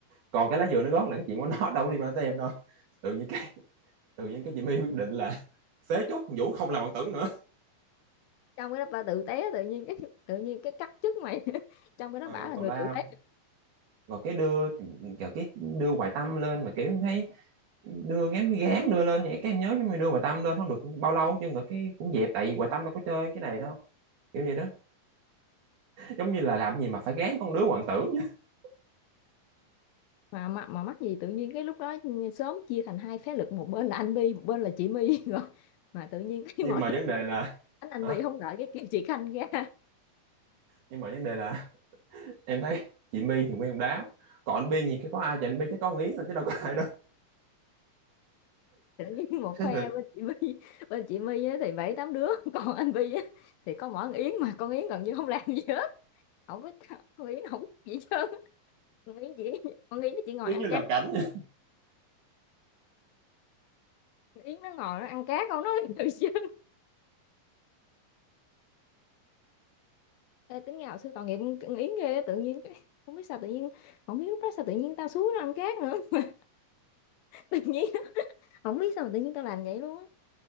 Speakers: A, on the right; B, on the left.
A: còn cái lá dừa nó gót là cái chuyện của nó đâu có liên quan tới em đâu tự nhiên cái tự nhiên cái Jimmy quyết định là <laughs> phế chốt Vũ không làm bạn tưởng nữa
B: trong cái đó ba tự té tự nhiên cái <laughs> tự nhiên cái cắt chức mày <laughs> trong cái đó
A: ừ,
B: bả là
A: tào
B: người
A: lao
B: tự té
A: rồi cái đưa thì kiểu cái đưa Hoài Tâm lên mà kiểu thấy đưa ngém cái gán đưa lên vậy cái em nhớ nhưng mà đưa Hoài Tâm lên không được bao lâu chứ nữa cái cũng dẹp tại vì Hoài Tâm đâu có chơi cái này đâu kiểu vậy đó giống như là làm gì mà phải gán con đứa hoàng tử <laughs>
B: mà mà, mà mắc gì tự nhiên cái lúc đó sớm chia thành hai phái lực một bên là anh Bi một bên là chị My <laughs> rồi mà tự nhiên cái
A: nhưng
B: <laughs> mọi
A: mà
B: lần
A: vấn
B: chị
A: đề
B: My
A: là
B: đánh anh
A: hả?
B: Bi không đợi cái kêu chị Khanh ra
A: nhưng mà vấn đề là <laughs> em thấy chị My thì nguyên một đám còn anh Bi gì cái có ai thì anh Bi chắc có ý rồi chứ đâu có ai đâu
B: tự nhiên
A: <laughs>
B: một
A: thế
B: phe
A: là
B: bên chị My bên chị My á thì bảy tám đứa <laughs> còn anh Vi á thì có mỗi con Yến mà con Yến gần như không làm gì hết không có con Yến không có gì hết trơn con Yến chỉ con Yến nó chỉ ngồi
A: giống
B: ăn
A: như làm
B: cá
A: cảnh vậy.
B: con Yến nó ngồi nó ăn cá không nó không làm gì hết trơn Ê, tính ra hồi xưa tội nghiệp con Yến ghê á, tự nhiên cái- không biết sao tự nhiên không biết lúc đó sao tự nhiên tao xuống nó ăn cá nữa <laughs> mà tự nhiên không biết sao mà tự nhiên tao làm vậy luôn á